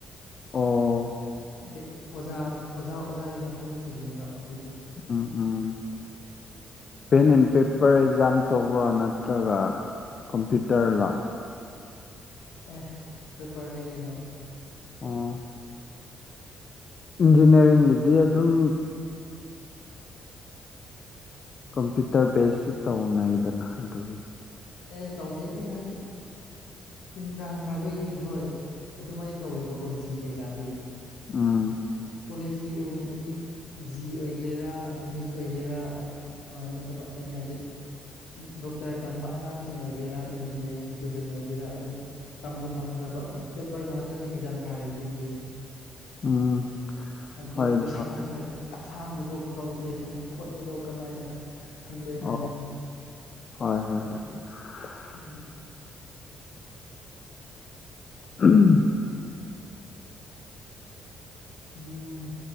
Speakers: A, on the left; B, on the left.
A: ꯑꯣ
B: ꯍꯥꯏꯗꯤ ꯑꯣꯖꯥ ꯑꯣꯖꯥ ꯑꯣꯖꯥꯒꯤ ꯃꯇꯨꯡ ꯏꯜꯂꯦꯕ ꯑꯩꯈꯣꯏꯗꯤ
A: ꯎꯝ ꯎꯝ ꯄꯦꯟ ꯑꯦꯟ ꯄꯦꯄꯔ ꯑꯦꯛꯖꯥꯝ ꯇꯧꯕ꯭ꯔꯣ ꯅꯠꯇ꯭ꯔꯒ ꯀꯝꯄ꯭ꯌꯨꯇꯔꯂ
B: ꯑꯦ ꯄꯦꯄꯔꯅꯦ ꯀꯩꯅꯣ <inaudible>
A: ꯑꯣ ꯏꯟꯖꯤꯅꯤꯌꯥꯔꯤꯡꯒꯤꯗꯤ ꯑꯗꯨꯝ ꯀꯝꯄ꯭ꯌꯨꯇꯔ ꯕꯦꯁꯁꯨ ꯇꯧꯅꯩꯗꯅ ꯑꯗꯨꯗꯣꯔꯤꯅꯤ
B: ꯑꯦ ꯇꯧꯗꯦ ꯑꯩꯅ ꯍꯥꯏꯗꯤ ꯏꯟꯇ꯭ꯔꯥꯟꯁ ꯊꯥꯕꯩꯗꯤ ꯍꯣꯏ ꯑꯗꯨꯃꯥꯏꯅ ꯇꯧꯋꯦꯕꯀꯣ ꯖꯤ ꯀꯩꯀꯥꯗꯤ
A: ꯎꯝ
B: ꯀꯣꯂꯦꯖꯀꯤ ꯑꯣꯏꯅꯗꯤ ꯖꯤ ꯑꯣꯏꯒꯦꯔꯥ ꯅꯤꯠ ꯑꯣꯏꯒꯦꯔꯥ ꯅꯠꯇꯕ ꯑꯩꯅ ꯍꯥꯏꯕꯗꯤ ꯗꯣꯛꯇꯔ ꯇꯝꯕ ꯑꯉꯥꯡꯁꯤꯡ ꯑꯣꯏꯒꯦꯔꯥ ꯏꯟꯖꯤꯅꯤꯌꯥꯔꯤꯡ ꯏꯁꯇꯨꯗꯦꯟ ꯑꯣꯏꯒꯦꯔꯥ ꯑꯗꯨꯝ ꯇꯝꯕꯨ ꯇꯝꯈ꯭ꯔꯕ ꯑꯗꯨꯝ ꯄꯦꯞꯄꯔ ꯉꯥꯛꯇꯅꯤ ꯑꯦꯛꯖꯥꯝ ꯊꯥꯔꯤꯁꯤꯡꯗꯤ꯫
A: ꯎꯝ
B: ꯍꯥꯏꯕꯗꯤ
A: ꯍꯣꯏ
B: ꯀꯣꯏꯁꯟ
A: ꯍꯣꯏ
B: ꯑꯟꯁꯔ ꯑꯁꯥꯡꯕꯗꯣ ꯀꯥꯜꯀꯨꯂꯦꯁꯟ ꯈꯣꯠꯄꯗꯣ ꯀꯃꯥꯏꯅ ꯍꯪꯗꯣꯏꯅꯣ
A: ꯑꯣ
B: ꯍꯥꯏꯕꯅꯤ
A: ꯍꯣꯏ ꯍꯣꯏ ꯍꯣꯏ꯫ <inaudible>
B: ꯎꯝ
A: ꯎ
B: ꯎꯝ